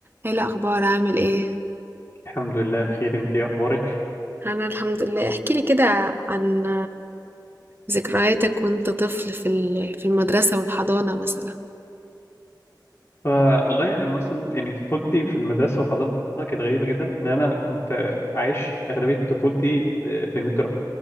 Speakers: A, on the right; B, on the left.
A: ايه الاخبار عامل ايه
B: الحمد لله بخير انت ايه اخبارك
A: انا الحمد لله احكي لي كده عن ذكرياتك وانت طفل في ال- في المدرسة والحضانة مثلا
B: ف- والله انا مثلا يعني طفولتي في المدرسه والحضانه كانت غريبه جدا ان انا كنت عايش اغلبيه طفولتي في في انجلترا